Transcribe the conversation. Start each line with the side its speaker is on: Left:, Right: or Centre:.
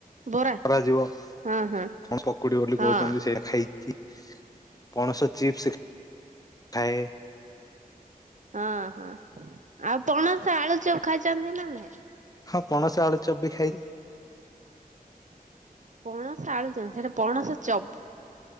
Right: ବରା
Left: କରାଯିବ କଣ
Right: ହଁ ହଁ
Left: ପକୁଡି ବୋଲି
Right: ହଁ। ହଁ
Left: କହୁଛନ୍ତି ସେଇଟା ଖାଇଛି ପଣସ ଚିପ୍ସ ଖାଏ
Right: ଅଁ ହଁ ଆଉ ପଣସ ଆଳୁ ଚପ ଖାଇଛନ୍ତି ନା ନାଇଁ
Left: ହଁ ପଣସ ଆଳୁ ଚପ୍ ବି ଖାଇଚି
Right: ପଣସ ଆଳୁଚନା ସେଇଟା ପଣସ ଚପ